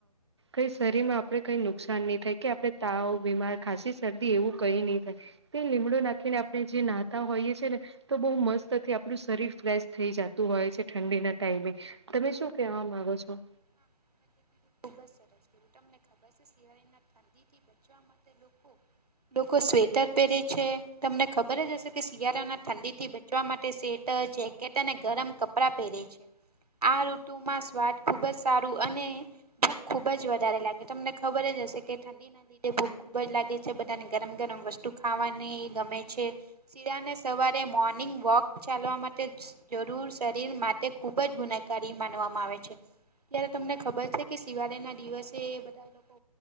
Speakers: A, on the right (about 40°); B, on the right (about 70°).
A: કઈ શરીરમાં આપણે, કઈ નુકસાન નહી થાય, કે આપણે તાવ બીમાર ખાસી શરદી એવું કઈ નહી થાય તે લીમડું નાખીને આપણે જે નાહતા હોઈએ, છી ને તો બહુ મસ્તથી આપણું શરીર ફ્રેશ થઈ જતું હોય છે, ઠંડીના ટાઈમે તમે શું કેવા માંગો છો,
B: તમે જે કીધું ખૂબ જ સરસ તમને ખબર છે શિયાળના ઠંડી થી બચવા માટે લોકો લોકો સ્વેટર પહેરે છે તમને ખબર જ હશે કે શિયાળાના ઠંડી થી ચવા માટે સેટર જેકેટ અને ગરમ કપડાં પહેરે છે આ ઋતુમાં સ્વાદ ખૂબ જ સારું અને ભૂખ ખુબ જ વધારે લાગે તમને ખબર જ હશે કે ઠંડી લીધે ભૂખ ખુબ જ લાગે છે બધાને ગરમ ગરમ વસ્તુ ખાવાની ગમે છે શીરાને સવારે મોર્નિંગ વોક ચાલવા માટે જરૂર શરીર માટે ખુબ જ ગુનાકારી માનવામાં આવે છે ત્યારે તમને ખબર છે કે શિવાલય ના દિવસે બધા એ લોકો